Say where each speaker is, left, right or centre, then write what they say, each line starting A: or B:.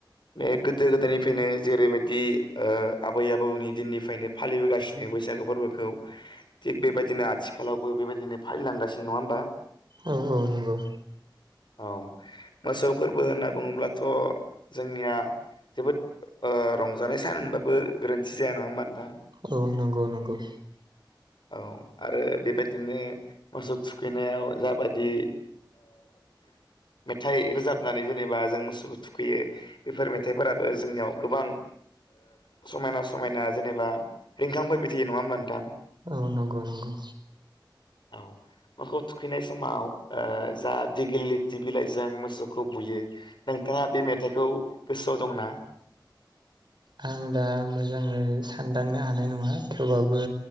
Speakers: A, on the left; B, on the right.
A: बे गोदो गोदायनिफ्रायनो जेरैबायदि आबै आबौनि दिननिफ्रायनो फालिबोगासिनो बैसागो फोरबोखौ थिग बेबायदिनो आथिखालावबो बेबायदिनो फायलांगासिनो नङा होमबा
B: औ औ नंगौ
A: औ मोसौ फोरबो होनना बुङोब्लाथ' जोंनिया जोबोद रंजा रजानाय सान होनबाबो गोरोन्थि जाया नङा होनोमबा नोंथां
B: औ नंगौ नंगौ
A: औ आरो बेबायदिनो मोसौ थुखैनायाव जाबाददि मेथाइ रोजाबनानै जेनेबा जों थुखैयो बेफोर मेथाइफोराबो जोंनियाव गोबां समायना समायना जेनेबा रिंखांफोरबाय थायो नङा होमबा नोंथां
B: औ नंगौ नंगौ
A: औ मोखौ थुखैनाय समाव जा दिगेलिटि बिलाइजों मोसौखौ बुयो नोंथाङा बे मेथाइखौ गोसोआव दंना
B: आं दा मोजाङै सानदांनो हानाय नङा थेवबाबो